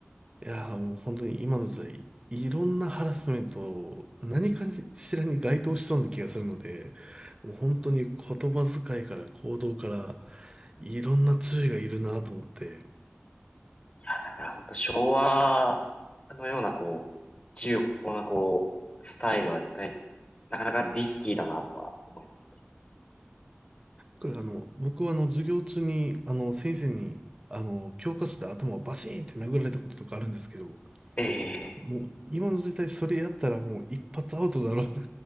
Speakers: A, on the right; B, on the left.
A: いやーもう本当に今の時代、いろんなハラスメントを何かしらに該当しそうな気がするので、もう本当に言葉遣いから行動からいろんな注意がいるなと思って、
B: や、だから本当昭和のような、こう、自由奔放な、こう、スタイルは絶対、なかなかリスキーだなとは思いますね。
A: これあの、僕はあの授業中にあの先生にあの教科書で頭をバシーンって殴られたこととかあるんですけど、
B: ええ、
A: もう今の時代それやったらもう一発アウトだろう